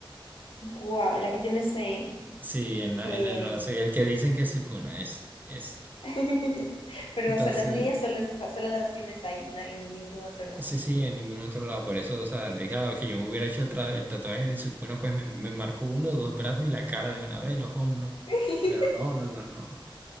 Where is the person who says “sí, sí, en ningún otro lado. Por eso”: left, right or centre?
Right